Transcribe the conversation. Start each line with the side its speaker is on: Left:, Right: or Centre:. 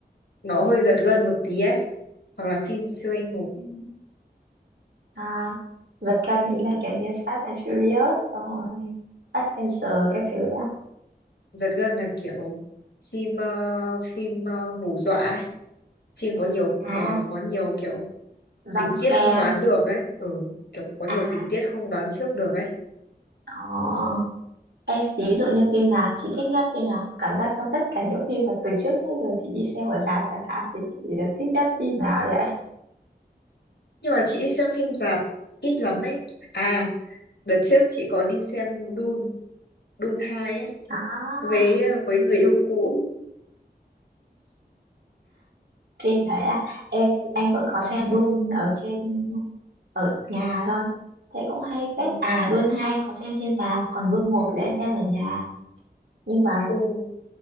Left: nó hơi giật gân một tí ấy hoặc là phim siêu anh hùng
Right: Ừm. à, vật cân ý là kiểu như Fast and Furious xong rồi Adventure các thứ à,
Left: giật gân là kiểu phim ờ, phim ờ, hù dọa ấy. phim có nhiều
Right: à
Left: ờ, có nhiều kiểu
Right: jump
Left: tình
Right: scare
Left: tiết không đoán được ấy ừ, kiểu có nhiều
Right: à
Left: tình tiết không đoán trước được ấy
Right: rồi, Ê, ví dụ như phim nào chị thích nhất phim nào? Cảm giác trong tất cả những phim mà từ trước tới giờ chị đi xem ở rạp chẳng hạn thì chị thích nhất phim nào vậy?
Left: nhưng mà chị đi xem phim rạp ít lắm ấy à đợt trước chị có đi xem Dune Dune hai ấy
Right: À,
Left: với ờ, với người yêu cũ
Right: phim đấy à? Em anh vẫn có
Left: Đúng.
Right: xem Dune ở trên ở nhà thôi. Thế cũng hay
Left: ừ,
Right: phết. À, Dune hai em có xem trên rạp, còn Dune một là em xem ở nhà. Nhưng mà
Left: Ừ,